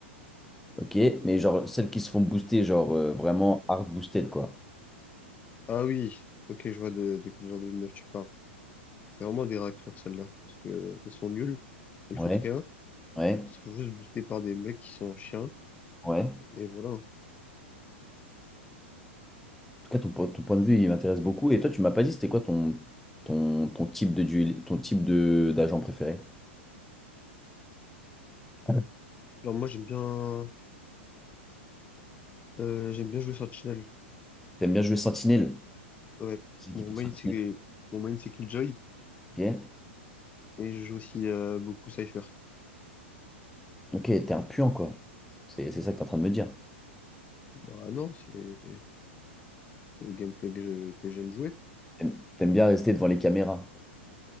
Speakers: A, in the centre; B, on the left.
A: Ok, mais genre celles qui se font booster, genre euh, vraiment hard boosted quoi.
B: Ah oui, ok, je vois de, de quel genre de meuf tu parles. C'est vraiment des raclures, celles-là. Parce que elles sont nulles, elles
A: Ouais,
B: foutent rien.
A: ouais,
B: Elles se font juste booster par des mecs qui sont chiens.
A: ouais.
B: Et voilà.
A: tout cas, ton, po- ton point de vue, il m'intéresse beaucoup. Et toi, tu m'as pas dit, c'était quoi ton, ton, ton type de duel, ton type de d'agent préféré? <laughs>
B: Alors moi j'aime bien euh, j'aime bien jouer Sentinel.
A: T'aimes bien jouer Sentinelle?
B: Ouais.
A: C'est
B: Mon
A: qui ton
B: main
A: Sentinelle?
B: c'est mon main c'est Killjoy
A: Ok,
B: et je joue aussi euh, beaucoup Cypher.
A: ok, t'es un puant, quoi. C'est c'est ça que t'es en train de me dire.
B: Bah non, c'est c'est le gameplay que je- que j'aime jouer.
A: T'aimes t'aimes bien rester devant les caméras.